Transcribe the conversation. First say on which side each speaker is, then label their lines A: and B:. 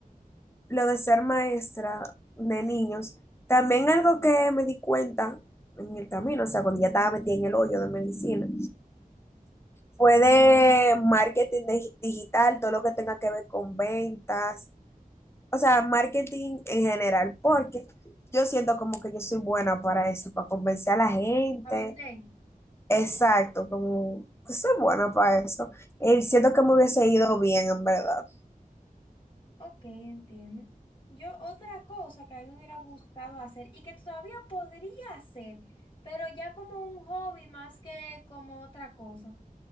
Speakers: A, on the left; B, on the left.
A: lo de ser maestra de niños, también algo que me di cuenta en el camino, o sea, cuando ya estaba metida en el hoyo de medicina, fue de marketing de- digital, todo lo que tenga que ver con ventas, o sea, marketing en general, porque yo siento como que yo soy buena para eso, para convencer a la gente,
B: A vender.
A: exacto, como que soy buena para eso, y siento que me hubiese ido bien en verdad.
B: Ok, entiendo. Yo otra cosa que a mí me hubiera gustado hacer y que todavía podría hacer, pero ya como un hobby más que como otra cosa.